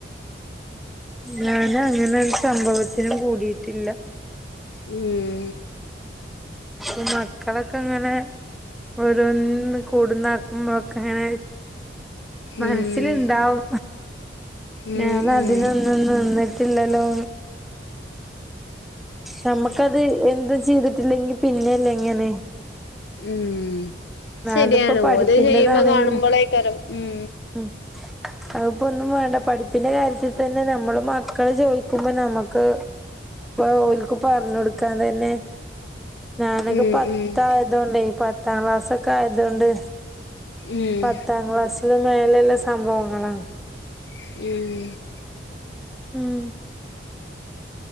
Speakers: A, in the centre; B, on the left.
A: ഞാൻ അങ്ങനെരു സംഭവത്തിനും കൂടിയിട്ടില്ല
B: ഉം
A: ഇ മക്കളൊക്കെ ങ്ങനെ ഓരോന്ന് കൂടുന്നാക്കുമ്പോഴൊക്കെ ങ്ങനെ മനസ്സില്ണ്ടാവും
B: ഉം ഉം
A: ഞാനതിനൊ
B: ഉം
A: ന്ന് നിന്നിട്ടില്ലല്ലോ നമ്മ ക്കത് എന്ത് ചിയ്തിട്ടില്ലെങ്കിൽ പിന്നെല്ലേ ങ്ങനെ
B: ഉം ശരിയാണ്
A: അതിപ്പോ പഠിപ്പിന്റെതാണെങ്കിലും
B: ഓല് ചെയ്യുമ്പോ കാണുമ്പൊളേക്കരം ഉം
A: ഉം അഅ്പ്പോ ഒന്നും വാണ്ട പഠിപ്പിൻ്റെ കാര്യത്തിൽ തന്നെ നമ്മള് മക്കള് ചോയിക്കുമ്പോ നമ്മക്ക് ഇപ്പ ഓൽക്ക് പറഞ്ഞൊടുക്കാൻ തന്നെ ഞാനൊക്ക്
B: ഉം
A: പത്തായതോണ്ട്
B: ഉം
A: പത്താം ക്ലാസ്സൊക്കായ തോണ്ട്
B: ഉം
A: പത്താംക്ലാസിലും മേലല്ലേ സംഭവങ്ങളാണ്
B: ഉം
A: ഉം